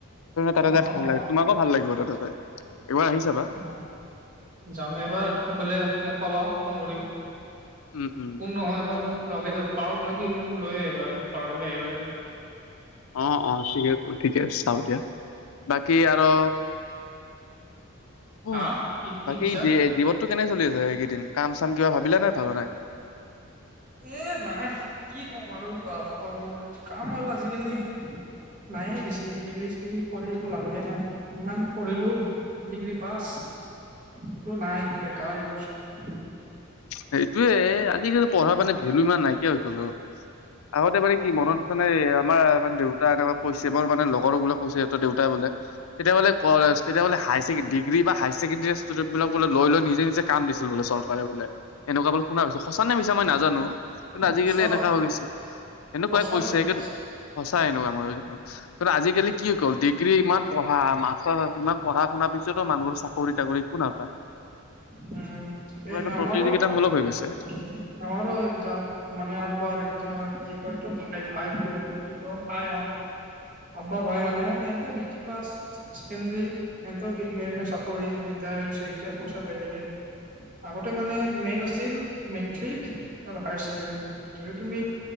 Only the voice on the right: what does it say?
অ
অ
অ যাম এইবাৰ গলে মোক কবা ফোন কৰি। কোন
নহয় এবাৰ মোক লগে যাওঁক কাৰণ লৈ কি মোক লৈ আহিবা আকৌ ঘৰলৈকে আহিবা এবাৰ
হা কি কি
কৈছা
এ নাই কি ক'ম আৰু বাপা অ কাম আৰু আজিকালি নায়ে বেছি ডিগ্ৰী চিগ্ৰী কৰি একো লাভে নাই ইমান পঢ়িলো ডিগ্ৰী পাছ। একো নাই বেকাৰ এইবোৰ চব
সঁচা
সঁচা
এইটো
সঁচা
উম
এই
আমাৰ
ৰ
আমাৰ এইকিটা মানে আব্বাৰ এইকিটা কি কৰে। ভাই ভাই বুলি কল কি কৰ ভাই অ। আব্বাৰ ভাই মানে মেট্ৰিক পাছ চেকেণ্ডৰী সেনতৰ কি ধুনীয়া ধুনীয়া চাকৰি। ৰিটাই হৈছে এতিয়া পইচা পায় থাকে আগতে মানে মেইন আছিল। মেট্ৰিক আৰু হায়াৰ ছেকেণ্ডৰী যদি তুমি